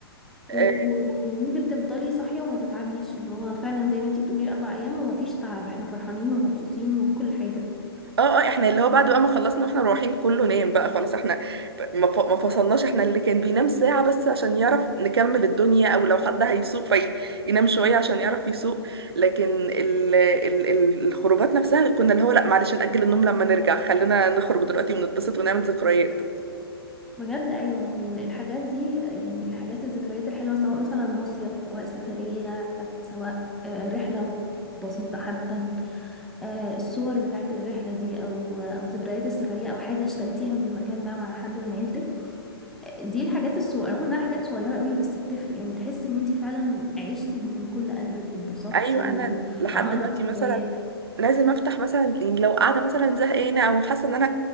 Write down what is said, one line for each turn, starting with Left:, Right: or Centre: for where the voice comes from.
Centre: و-
Right: اه
Centre: وممكن تفضلي صاحية وما تتعبيش اللي هو فعلا زي ما انتي بتقولي اربع ايام وما فيش تعب احنا فرحانين ومبسوطين وكل حاجة
Right: اه آه، احنا اللي هو بعد بقى ما خلصنا واحنا رايحين كله نام بقى خلاص احنا ب- ما ف- ما فصلناش احنا اللي كان بينام ساعة بس عشان يعرف نكمل الدنيا او لو حد هيسوق فينام شوية عشان يعرف يسوق لكن ال ال ال الخروجات نفسها كنا اللي هو لا معلش نأجل النوم لما نرجع خلينا نخرج دلوقتي ونتبسط ونعمل ذكريات
Centre: بجد ايوه يعني الحاجات دي يعني الحاجات الذكريات الحلوة سواء مثلا مصيف سواء سفرية سواء آه، رحلة بسيطة حتى آه، الصور بتاعت الرحلة دي او او ذكريات السفرية او حاجة اشتريتيها من المكان ده مع حد من عيلتك دي الحاجات الصغيرة رغم انها حاجات صغيرة قوي بس بتفرق يعني تحس ان انتي فعلا عشتي من كل قلبك واتبسطتي
Right: ايوه
Centre: و...
Right: انا لحد
Centre: وعملتي
Right: دلوقتي
Centre: ذكريات
Right: مثلا لازم افتح مثلا يعني لو قاعده مثلا زهقانه او حاسه ان انا